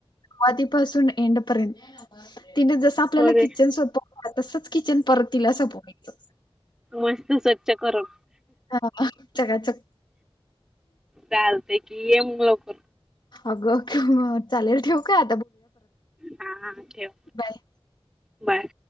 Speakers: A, on the left; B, in the centre.
A: सुरवातीपासून एड पर्यंत तिन जस आपल्याला
B: करूया
A: किचन सोपवल तसच. किचन परत तीला सोपवयच.
B: मस्त स्वच्छ करून.
A: हा, चकाचक
B: चालते की ये मग लवकर.
A: अग ख <inaudible> चालेल ठेवू काय.
B: हा हा ठेव
A: बाय
B: बाय.